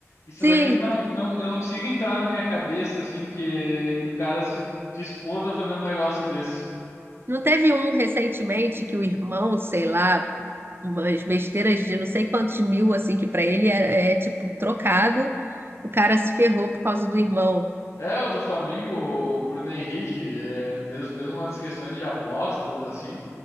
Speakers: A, on the left; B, on the right.
A: Isso
B: Sim,
A: daqui não, não, eu não consigo entrar na minha cabeça, assim, que, que o cara se dispôs a fazer um negócio desse.
B: não teve um recentemente que o irmão, sei lá, umas besteiras de não sei quantos mil, assim, que pra ele é, é tipo trocado. O cara se ferrou por causa do irmão.
A: É, o do Flamengo, o Bruno Henrique, é, fez, fez umas questões de apostas, assim.